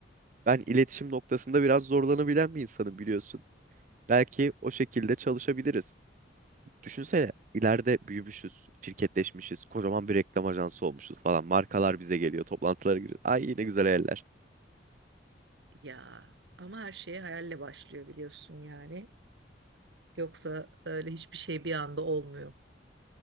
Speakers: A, on the right; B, on the right.
A: Ben iletişim noktasında biraz zorlanabilen bir insanım biliyorsun. Belki o şekilde çalışabiliriz. Düşünsene ileride büyümüşüz, şirketleşmişiz, kocaman bir reklam ajansı olmuşuz falan. Markalar bize geliyor, toplantılara giriyoruz. Ay yine güzel hayaller.
B: Ya ama her şey hayalle başlıyor biliyorsun yani. Yoksa öyle hiçbir şey bir anda olmuyor.